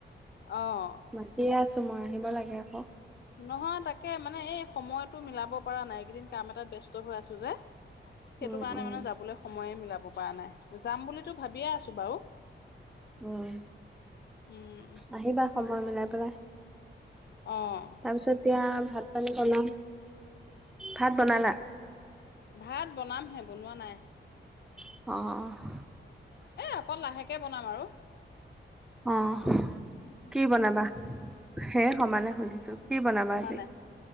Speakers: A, on the left (about 60°); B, in the centre.
A: অঁ।
B: মাতিয়ে আছো মই, আহিব লাগে আক।
A: নহয় তাকে মানে এই সময়তো মিলাব পৰা নাই, এইকেইদিন কাম এটাত ব্যস্ত হৈ আছো যে। সেইটো
B: উম
A: কাৰণে
B: উম
A: মানে যাবলৈ সময়ে মিলাব পৰা নাই, যাম বুলিতো ভাবিয়ে আছো বাৰু।
B: উম,
A: উম
B: আহিবা সময় মিলাই পেলাই।
A: অঁ।
B: তাৰপিছত এতিয়া, ভাত পানী বনাম। ভাত বনালা?
A: ভাত বনামহে বনোৱা নাই।
B: অঁ, অঁহ।
A: এ, অকণ লাহেকে বনাম আৰু।
B: অঁহ। কি বনাবা? সে সমানে সুধিছো। কি বনাবা
A: সমানে
B: আজি?